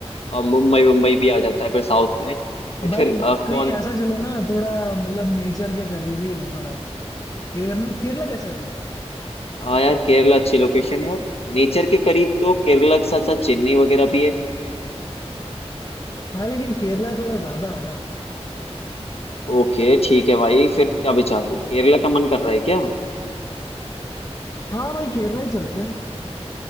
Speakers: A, on the left; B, on the left.
A: और मुंबई मुंबई भी आ जाता है फिर साउथ में बट
B: भाई
A: फिर अ,
B: कहीं
A: कौन
B: ऐसा चलो ना थोड़ा मतलब नेचर के करीब ही हो थोड़ा केरला केरला कैसा रहेगा
A: हाँ यार केरला अच्छी लोकेशन है यार नेचर के करीब तो केरला के साथ साथ चेन्नई वगैरह भी है
B: हाँ लेकिन केरला थोड़ा ज्यादा है ना
A: ओके ठीक है भाई फिर क्या विचार है केरला का मन कर रहा है क्या
B: हाँ भाई केरला ही चलते हैं